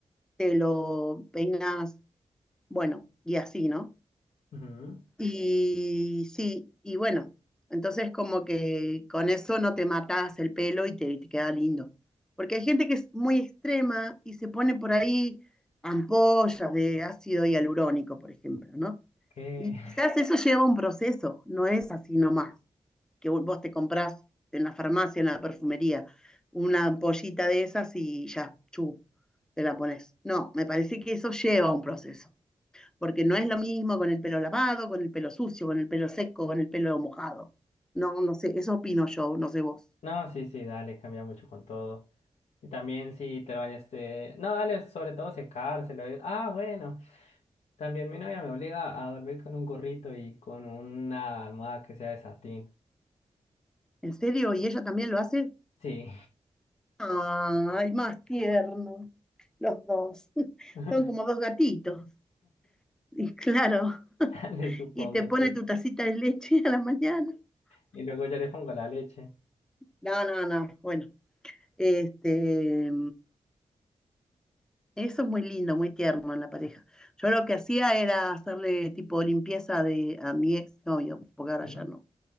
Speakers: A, in the centre; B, on the left.
A: te lo peinas, bueno, y así, ¿no?
B: ujú.
A: Y sí, y bueno, entonces como que con eso no te matás el pelo y te, te queda lindo. Porque hay gente que es muy extrema y se pone por ahí ampollas de ácido hialurónico, por ejemplo, ¿no?
B: ¿Qué?
A: Y
B: <laughs>
A: quizás eso lleva un proceso, no es así nomás, que vos vos te comprás en la farmacia, en la perfumería, una ampollita de esas y ya, chu, te la pones. No, me parece que eso lleva un proceso porque no es lo mismo con el pelo lavado, con el pelo sucio, con el pelo seco, con el pelo mojado. No, no sé, eso opino yo, no sé vos.
B: No, sí, sí, dale, cambia mucho con todo. Y también si te lo bañaste. No, dale, sobre todo secárselo. eh. Ah, bueno. También mi novia me obliga a dormir con un gorrito y con una almohada que sea de satín.
A: ¿En serio? ¿Y ella también lo hace?
B: Sí.
A: Ay, más tierno. Los dos. <laughs>
B: <laughs>
A: Son como dos gatitos. <laughs> Y claro,
B: Le supongo,
A: y te pone
B: sí.
A: tu tacita de leche a la mañana.
B: Y luego yo le pongo la leche.
A: No, no, no. Bueno, este, eso es muy lindo, muy tierno en la pareja. Yo lo que hacía era hacerle tipo limpieza de, a mi ex novio, porque ahora
B: Ujú.
A: ya no.